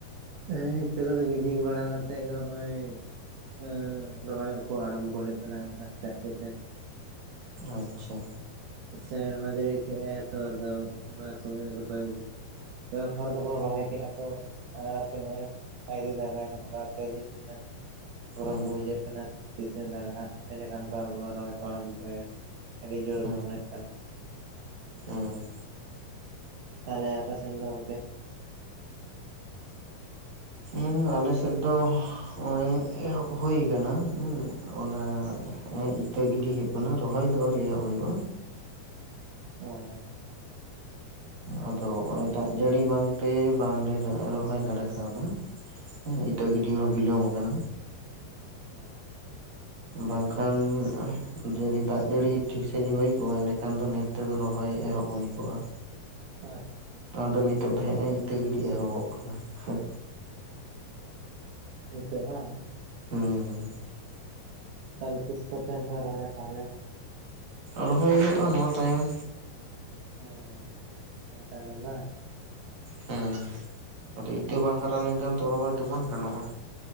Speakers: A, on the right; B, on the right.
A: ᱦᱩᱸ, ᱤᱛᱟᱹ ᱠᱚᱫᱚ ᱜᱤᱰᱤ ᱵᱟᱲᱟ ᱠᱟᱛᱮᱜ ᱜᱮ ᱦᱚᱸᱜ-ᱚᱭ ᱮᱸᱻ ᱨᱚᱦᱚᱭᱚᱜ ᱠᱚ ᱟᱲᱟᱢᱵᱚ ᱦᱩᱭᱩᱜ ᱠᱟᱱᱟ ᱟᱥᱛᱮ ᱟᱥᱛᱮ ᱛᱮ᱾
B: ᱟᱪᱪᱷᱟ᱾
A: ᱥᱮᱨᱢᱟ ᱡᱟᱹᱲᱤ ᱠᱮᱜ-ᱟᱭ ᱛᱚ, ᱟᱫᱚ ᱚᱱᱟ ᱥᱚᱢᱚᱭ ᱫᱚ ᱠᱚᱭᱮᱠ ᱠᱚᱭᱮᱠ ᱦᱚᱲ ᱫᱚᱠᱚ ᱨᱚᱦᱚᱭ ᱠᱮᱜ-ᱟ ᱠᱚ ᱟᱨ ᱠᱚᱭᱮᱠ ᱟᱹᱣᱨᱤ ᱫᱟᱜᱟᱭ ᱦᱟᱸᱜ ᱵᱟᱨ ᱯᱮ ᱫᱤᱱ ᱜᱟᱱ᱾ ᱜᱚᱨᱚᱢ
B: ᱦᱩᱸ
A: ᱜᱮ ᱵᱩᱡᱷᱟᱹᱜ ᱠᱟᱱᱟ ᱛᱤᱥᱮ ᱫᱟᱜᱟ ᱦᱟᱸᱜ ᱮᱸᱰᱮᱠᱷᱟᱱ <unintelligible> ᱨᱚᱦᱚᱭ ᱠᱚ ᱟᱨᱟᱢᱵᱚᱭᱟ᱾ ᱟᱹᱰᱤ ᱡᱳᱨ
B: ᱦᱩᱸ
A: ᱜᱮ ᱢᱚᱱᱮ ᱦᱳᱭᱳᱜ ᱠᱟᱱᱟ᱾
B: ᱦᱩᱸ᱾
A: ᱛᱟᱞᱦᱮ ᱟᱯᱮ ᱥᱮᱱ ᱫᱚ ᱜᱚᱝᱠᱮ?
B: ᱩᱸ ᱟᱞᱮᱥᱮᱫ ᱫᱚ ᱦᱚᱜᱚᱭ ᱮᱦᱚᱵ ᱦᱩᱭ ᱠᱟᱱᱟ ᱩᱸ ᱚᱱᱟ ᱮᱸᱜ ᱤᱛᱟᱹ ᱜᱤᱰᱤ ᱦᱩᱭᱩᱜ ᱠᱟᱱᱟ ᱨᱚᱦᱚᱭ ᱫᱚ ᱟᱹᱣᱨᱤ ᱮᱦᱚᱵ ᱦᱩᱭᱩᱜ-ᱟ᱾
A: ᱦᱮᱸ᱾
B: ᱟᱫᱚ ᱦᱚᱸᱜ-ᱚᱭ ᱫᱟᱜ ᱡᱟᱹᱲᱤ ᱵᱟᱝᱛᱮ ᱵᱟᱝᱞᱮ ᱨᱚᱦᱚᱭ ᱫᱟᱲᱮ ᱠᱟᱣᱫᱟ᱾ ᱮᱸ ᱤᱴᱟᱹ
A: ᱟᱪᱪᱷᱟ
B: ᱜᱤᱰᱤ ᱦᱚᱸ ᱵᱤᱞᱚᱢ ᱠᱟᱱᱟ᱾
A: ᱦᱮᱸ᱾
B: ᱵᱟᱝᱠᱷᱟᱱ ᱡᱩᱫᱤ ᱫᱟᱜ ᱡᱟᱹᱲᱤ ᱴᱷᱤᱠ ᱥᱟᱹᱦᱤᱡ ᱦᱩᱭ ᱠᱚᱜ-ᱟ ᱮᱸᱰᱮᱠᱷᱟᱱ ᱫᱚ ᱱᱤᱛ ᱛᱮᱫᱚ ᱨᱚᱦᱚᱭ ᱮᱦᱚᱵ ᱦᱩᱭ ᱠᱚᱜ-ᱟ᱾
A: ᱟᱪᱪᱷᱟ᱾
B: ᱚᱱᱟ ᱱᱤᱛᱳᱜ ᱫᱚ ᱦᱮᱸᱜ-ᱮ ᱤᱛᱟᱹ ᱜᱤᱰᱤ ᱮᱦᱚᱵᱚᱜ ᱠᱟᱱᱟ, ᱦᱮᱸ᱾
A: ᱦᱩᱸ, ᱱᱤᱛᱳᱜ ᱵᱟᱝ?
B: ᱦᱩᱸ᱾
A: ᱛᱟᱞᱦᱮ ᱛᱤᱥ ᱠᱚᱛᱮ ᱯᱮ ᱨᱚᱦᱚᱭᱟ ᱛᱟᱞᱦᱮ?
B: ᱨᱚᱦᱚᱭ ᱦᱩᱭᱩᱜ-ᱟ ᱱᱚᱣᱟ ᱛᱟᱭᱚᱢ᱾
A: ᱦᱮᱸ, ᱱᱤᱭᱟᱹ ᱛᱟᱭᱱᱚᱢ ᱵᱟᱝ?
B: ᱦᱮᱸ ᱟᱫᱚ ᱤᱛᱟᱹ ᱵᱟᱝ ᱦᱟᱨᱟ ᱞᱮᱱᱠᱷᱟᱱ ᱛᱚ ᱨᱚᱦᱚᱭ ᱛᱚ ᱵᱟᱝ ᱜᱟᱱᱚᱜ-ᱟ!